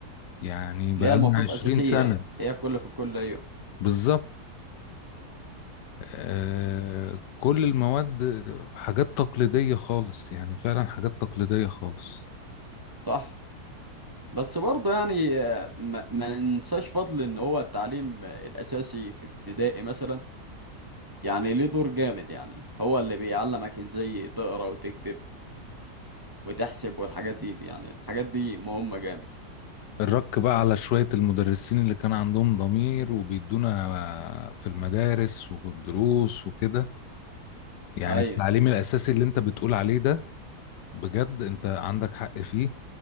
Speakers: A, on the left; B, on the right.
A: يعني بقالنا
B: اللي هي المفروض
A: عشرين
B: اساسيه
A: سنة
B: هي الكل في الكل ايوه
A: بالظبط آه كل المواد حاجات تقليدية خالص يعني فعلا حاجات تقليدية خالص
B: صح بس برضه يعني آه، ما, ما ننساش فضل ان هو التعليم الاساسي في ابتدائي مثلا يعني ليه دور جامد يعني هو اللي بيعلمك ازاي تقرا وتكتب وتحسب والحاجات دي, دي يعني الحاجات دي مهمة جامد
A: الرك بقى على شوية المدرسين اللي كان عندهم ضمير وبيدونا في المدارس والدروس وكده يعني
B: ايوه
A: التعليم الأساسي اللي أنت بتقول عليه ده بجد أنت عندك حق فيه